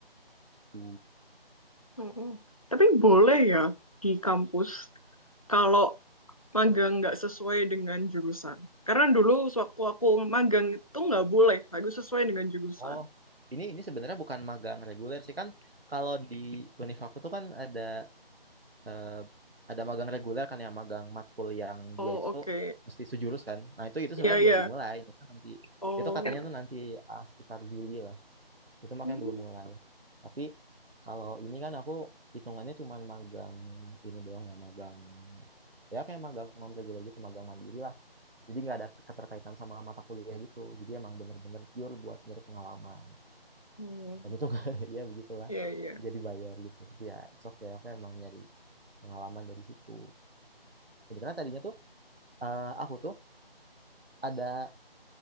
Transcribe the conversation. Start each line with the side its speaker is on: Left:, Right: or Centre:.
Right: gitu.
Left: Mm-mm. Tapi boleh ya di kampus kalau magang nggak sesuai dengan jurusan. Karena dulu sewaktu aku magang itu nggak boleh, harus sesuai dengan jurusan.
Right: Oh, ini ini sebenarnya bukan magang reguler sih kan. Kalau di univ aku tuh kan ada eh, ada magang reguler kan yang magang matkul yang
Left: Oh
Right: dia itu
Left: oke,
Right: mesti sejurus kan. Nah, itu itu
Left: Iya
Right: sebenarnya
Left: iya.
Right: belum dimulai. Itu nanti
Left: Oh,
Right: itu katanya
Left: Ya.
Right: tuh nanti ah, sekitar Juli lah. itu makanya
Left: Hmm.
Right: belum mulai tapi kalau ini kan aku hitungannya cuma magang ini doang ya magang ya kayak magang non reguler gitu magang mandiri lah jadi nggak ada keterkaitan sama mata kuliah gitu jadi emang bener-bener pure buat nyari pengalaman
Left: Hmm.
Right: dan itu nggak <laughs> ya begitulah
Left: iya iya.
Right: gak dibayar gitu tapi ya it's okay aku emang nyari pengalaman dari situ sebenarnya tadinya tuh eh, aku tuh ada